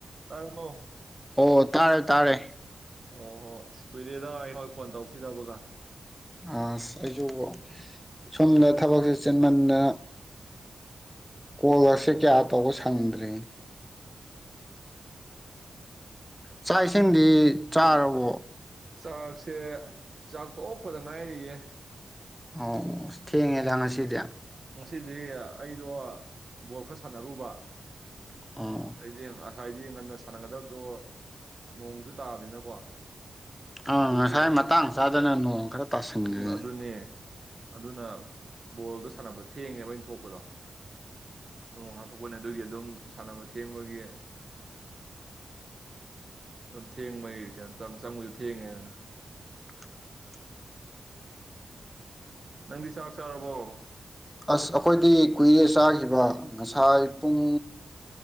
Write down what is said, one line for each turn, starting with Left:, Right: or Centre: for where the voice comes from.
Right: ꯇꯥꯔꯕꯣ
Centre: ꯑꯣ ꯇꯥꯔꯦ - ꯇꯥꯔꯦ꯫
Right: ꯑꯣꯍꯣ ꯑꯁ ꯀꯨꯏꯔꯦꯗ ꯑꯩꯉꫭꯟ ꯐꯣꯟ ꯇꯧꯔꯛꯈꯤꯗꯕꯒ!
Centre: ꯑꯁ ꯑꯩꯁꯨ ꯁꯣꯝꯗ ꯊꯕꯛꯁꯦ ꯆꯤꯟꯃꯟꯗꯅ ꯀꯣꯜꯒꯥꯁꯦ
Right: ꯑꯣ
Centre: ꯀꯌꯥ ꯇꯧꯕ ꯁꯪꯗ꯭ꯔꯦ꯫ <inaudible> ꯆꯥꯛ ꯏꯁꯤꯡꯗꯤ ꯆꯥꯔꯕꯣ?
Right: ꯆꯥꯛꯁꯦ ꯆꯥꯛꯇꯣꯛꯄꯗ ꯉꯥꯏꯔꯤꯌꯦ꯫
Centre: ꯑꯣ ꯊꯦꯡꯉꯦꯗ ꯉꯁꯤꯗꯤ꯫
Right: ꯉꯁꯤꯗꯤ ꯑꯩꯗꯣ ꯕꯣꯜ ꯈꯔ ꯁꯥꯟꯅꯔꯨꯕ
Centre: ꯑꯣ
Right: ꯑꯗꯩꯗꯤ ꯑ ꯉꯁꯥꯏꯗꯤ ꯉꯟꯅ ꯁꯥꯟꯅꯒꯗꯕꯗꯣ ꯅꯣꯡꯁꯨ ꯇꯥꯕꯅꯤꯅꯀꯣ
Centre: ꯑꯥ
Right: ꯑꯗꯨꯒꯤ
Centre: ꯉꯁꯥꯏ ꯃꯇꯥꯡ ꯆꯥꯗꯅ ꯅꯣꯡ ꯈꯔ ꯇꯁꯤꯟꯒ꯭ꯔꯦꯅꯦ꯫
Right: ꯎꯝ ꯑꯗꯨꯅꯦ ꯑꯗꯨꯅ ꯕꯣꯜꯗꫭ ꯁ ꯁꯥꯟꯅꯕ ꯊꯦꯡꯉꯦꯕ ꯑꯩꯅ ꯊꯣꯛꯄꯗꯣ ꯅꯣꯡ ꯍꯥꯡꯊꯣꯛꯄꯅꯤ ꯑꯗꯨꯒꯤ ꯑꯗꯨꯝ ꯁꯥꯟꯅꯕ ꯊꯦꯡꯕꯒꯤ ꯑꯗꯨꯝ ꯊꯦꯡꯕꯒꯤ ꯀꯩꯅꯣ ꯇꯪ ꯆꯪꯕꯁꯨ ꯊꯦꯡꯉꯦꯗꯅ
Centre: <inaudible>
Right: ꯅꯪꯗꯤ ꯆꯥꯛ ꯆꯥꯔꯕꯣ?
Centre: ꯑꯁ ꯑꯩꯈꯣꯏꯗꯤ ꯀꯨꯏꯔꯦ ꯆꯥꯈꯤꯕ ꯉꯁꯥꯏ ꯄꯨꯡ